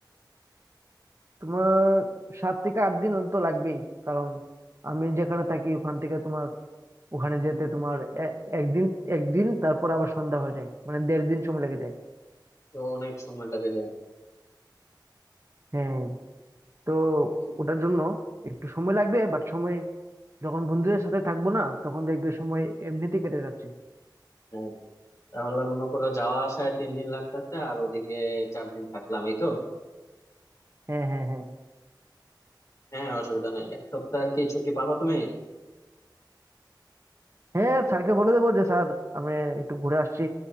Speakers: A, on the right; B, on the left.
A: তোমার সাত থেকে আট দিন তো লাগবেই কারণ আমি যেখানে থাকি ওখান থেকে তোমার ওখানে যেতে তোমার এ- একদিন একদিন তারপর আবার সন্ধ্যা হয়ে যায় মানে দেড় দিন সময় লেগে যায়
B: তো অনেক সময় লেগে যায়
A: হ্যাঁ তো ওটার জন্য একটু সময় লাগবে বাট সময় যখন বন্ধুদের সাথে থাকবো না তখন দেখবে সময় এমনিতে কেটে যাচ্ছে
B: হ্যাঁ তাহলে মনে করো যাওয়া আসায় তিন দিন লাগতেছে আর ওদিকে চার দিন থাকলাম এই তো
A: হ্যাঁ হ্যাঁ হ্যাঁ
B: হ্যাঁ অসুবিধা নেই এক সপ্তাহ আর কি ছুটি পাবা তুমি
A: হ্যাঁ স্যারকে বলে দেবো যে স্যার আমরা একটু ঘুরে আসছি